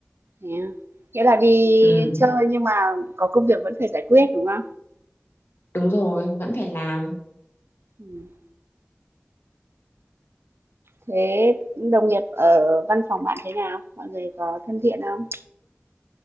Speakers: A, on the right (about 85°); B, on the left (about 70°).
A: Thế à? Nghĩa là đi
B: ừ
A: chơi nhưng mà có công việc vẫn phải giải quyết đúng không?
B: đúng rồi vẫn phải làm
A: Ừ. Thế đồng nghiệp ở văn phòng bạn thế nào? Mọi người có thân thiện không?